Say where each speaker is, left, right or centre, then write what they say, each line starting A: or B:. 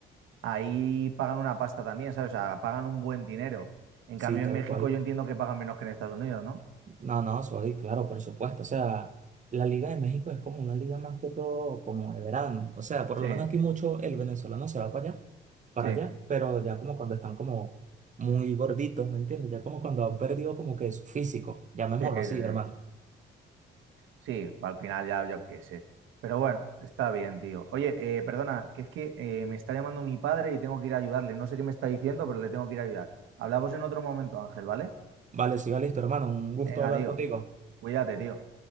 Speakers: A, on the right; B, on the right.
A: ahí pagan una pasta también, ¿sabes? O sea, pagan un buen dinero. En
B: Sí,
A: cambio,
B: tal
A: en México
B: cual.
A: yo entiendo que pagan menos que en Estados Unidos, ¿no?
B: No, no, soy, claro, por supuesto. O sea, la Liga de México es como una liga más que todo como de verano. O sea, por
A: Sí,
B: lo menos aquí mucho el venezolano se va para allá, para
A: sí,
B: allá, pero ya como cuando están como muy gorditos, ¿me entiendes? Ya como cuando han perdido como que su físico, llamémoslo
A: sí, sí,
B: así,
A: sí.
B: hermano.
A: Sí, al final ya yo qué sé. Pero bueno, está bien, tío. Oye, eh, perdona, que es que eh, me está llamando mi padre y tengo que ir a ayudarle. No sé qué me está diciendo, pero le tengo que ir a ayudar. Hablamos en otro momento, Ángel, ¿vale?
B: Vale, sí, va listo, hermano. Un gusto
A: Venga,
B: hablar
A: tío.
B: contigo.
A: cu- cuídate, tío.